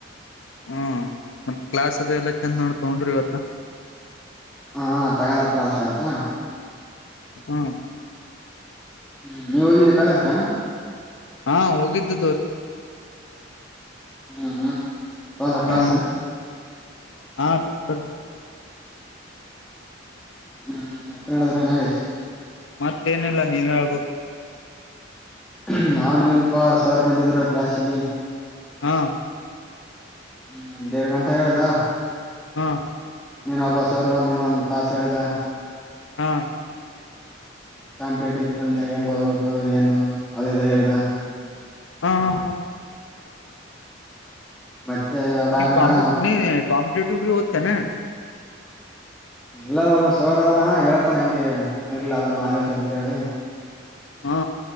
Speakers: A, on the left; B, in the centre.
A: ಹ್ಮ ಮತ್ತ ಕ್ಲಾಸ್ ಅದೆ ಎಲ್ಲ ಚಂದ್ ನೋಡ ತಗೊಂಡ್ರಿ ಇವತ್ತ.
B: ಹಾ ತಗಂದ್ರ ಕ್ಲಾಸ್ ಇವತ್ತ.
A: ಹ್ಮ
B: ಹ್ಮ್ ನೀವ್ ಹೋಗಿದ್ದೆ ಕಾಲೇಜ್ಕ.
A: ಹಾ ಹೋಗಿದ್ದು ದೋಸ್
B: ಹ್ಮ್ ತೊಂದರ ಕ್ಲಾಸ್ಸು.
A: ಹ್ಮ್ ಹಾ ತೊಂಡರೋಡು.
B: ಹ್ಮ್ ಮತ್ತೆ ನಡಿದ್ರೆ ನಾಗೇಶ್.
A: ಮತ್ತೇನಿಲ್ಲ ನೀವ ಹೇಳ್ಬೇಕ.
B: ಹ್ಮ ನಾವನ್ಲ್ಪಾ ಸರ್ ಬಂದಿದ್ರು ಕ್ಲಾಸಿಗೆ.
A: ಹಾ
B: ಹ್ಮ್ ಒಂದ್ ದೀಡ್ ಗಂಟೆ ಹೇಳಿದ.
A: ಹಾ
B: ನೀನ್ ಒಬ್ಬಸವರು ಬಂದಿನ ಒಂದ ತಾಸ ಹೇಳಿದ.
A: ಆ
B: ಕಾಂಪಿಟೇಟಿವ್ ಫೀಲ್ಡ್ನಾಗ ಹೆಂಗ ಓದಬೇಕು ಏನು ಅದಿದು ಹೇಳಿದ.
A: ಹಾ ಹಾ
B: ಮತ್ತೆ ಅದಾಗಣ
A: ನಿ ಕಾಂಪಿಟ್ ಕಾಂಪಿಟೇಟವು ಬಿ ಒದ್. ತ್ತನೆ.
B: ಇಲ್ಲ ಒಬ್ಬ ಸರ್ ಅದಾನ ಹೇಳ್ತನಂಗೆ ಇರ್ಲ ಅದ ನಾಲೆಜ್ ಅಂತ ಹೇಳಿ.
A: ಹಾ